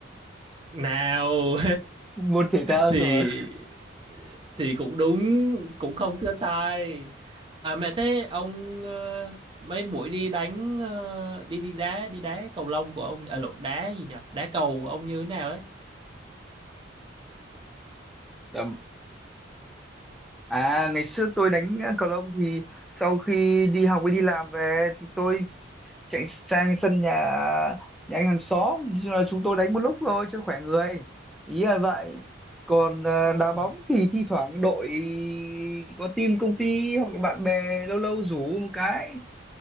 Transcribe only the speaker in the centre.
môn thể thao
rồi
Đó. À ngày xưa tôi đánh ờ, cầu lông thì sau khi đi học với đi làm về thì tôi chạy sang sân nhà nhà anh hàng xóm Chứ là chúng tôi đánh một lúc thôi cho khỏe người ý là vậy còn ờ,
đá bóng thì thi thoảng đội có team công ty hoặc là bạn bè lâu lâu rủ một cái